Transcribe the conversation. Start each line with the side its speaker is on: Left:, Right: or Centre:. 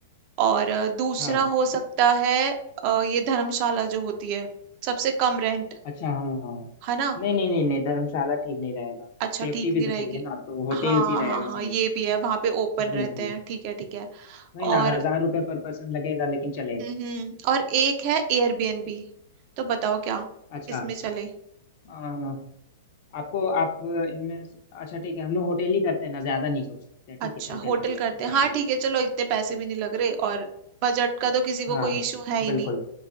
Right: और अ, दूसरा
Left: हाँ
Right: हो सकता है अ, ये धर्मशाला जो होती है सबसे कम रेंट
Left: अच्छा हाँ हाँ
Right: है ना
Left: नहीं नहीं नहीं नहीं धर्मशाला ठीक नहीं रहेगा
Right: अच्छा
Left: सेफ्टी
Right: ठीक
Left: भी
Right: नहीं
Left: तो
Right: रहेगी
Left: चाहिए ना तो होटेल्स
Right: हाँ
Left: ही रहेगा
Right: हाँ
Left: सही
Right: हाँ ये भी है वहां पे ओपन रहते
Left: बिल्कुल
Right: हैं ठीक है ठीक है
Left: नहीं ना
Right: और
Left: हजार रुपये पर पर्सन लगेगा लेकिन चलेगा
Right: हम्म और एक है एयरबीएनबी तो बताओ क्या
Left: अच्छा
Right: किसमें चले
Left: अ, आपको आप इनमें से- अच्छा ठीक है हम लोग होटल ही करते हैं ना ज्यादा नहीं सोचते हैं ठीक
Right: अच्छा
Left: है होटल
Right: होटल
Left: कर
Right: करते
Left: लेते हैं
Right: हैं
Left: फाइनल
Right: हाँ ठीक है चलो इतने पैसे भी नहीं लग रहे और बजट का तो किसी को
Left: हाँ
Right: कोई इशू है ही
Left: बिल्कुल
Right: नहीं